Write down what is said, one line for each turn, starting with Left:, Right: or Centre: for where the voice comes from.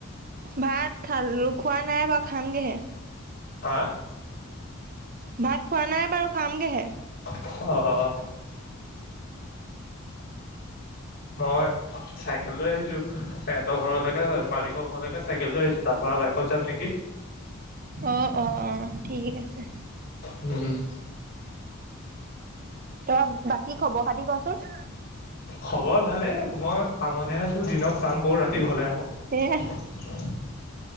Right: ভাত খাল খোৱা নাই বাৰু খামগেহে।
Left: হা।
Right: ভাত খোৱা নাই বাৰু খামগেহে।
Left: আহ। মই চাইকেল লৈ আহিছো। সিহঁতৰ ঘৰলৈকে মালিকৰ ঘৰলৈকে চাইকেল লৈ আহিছোঁ তাৰ পৰা বাইকত যাম নেকি।
Right: অঁ অঁ অঁ ঠিক আছে।
Left: উম উম।
Right: ত বাকী খবৰ খাতি কচোন।
Left: খবৰ ভালেই মই কামতহে আছো দিনত কাম কৰো ৰাতি ঘলে আহো।
Right: এ